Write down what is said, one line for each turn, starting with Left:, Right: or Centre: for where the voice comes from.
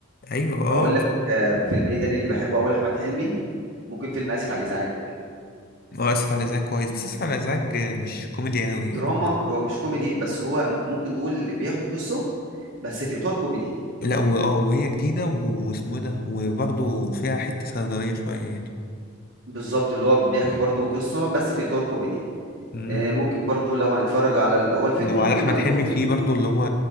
Left: ايوه اه
Right: أقول لك آه، فيلم إيه تاني اللي باحبه أوي لأحمد حلمي، ممكن فيلم آسف على الإزعاج،
Left: اه اسف على الازعاج كويس بس اسف على الازعاج مش كوميدي قوي
Right: دراما
Left: يعني
Right: هو مش كوميدي بس هو ممكن نقول بيحكي قصة بس في إطار كوميدي.
Left: لا و- اه وهي جديدة و- واسمه إيه ده وبرضه فيها حتة سوداوية شوية يعني
Right: بالظبط اللي هو بيحكي برضه قصة بس في إطار كوميدي
Left: مم.
Right: آه، ممكن برضه لو هنتفرج على ال- هو الفيلم
Left: لو على
Right: ممكن
Left: أحمد
Right: لو الوحيد
Left: حلمي فيه برضه اللي هو